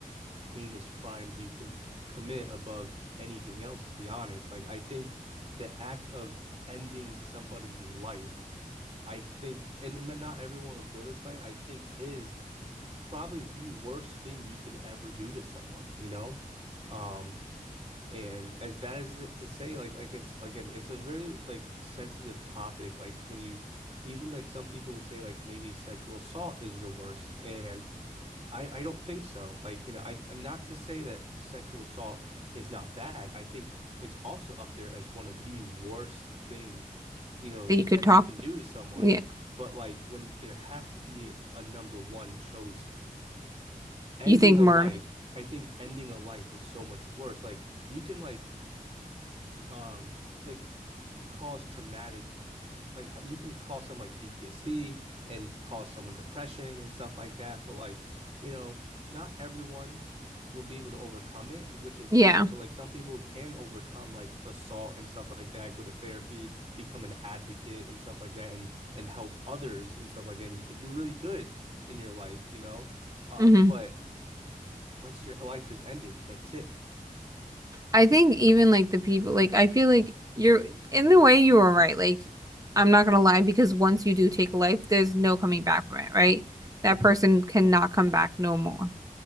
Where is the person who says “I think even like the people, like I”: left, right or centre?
Right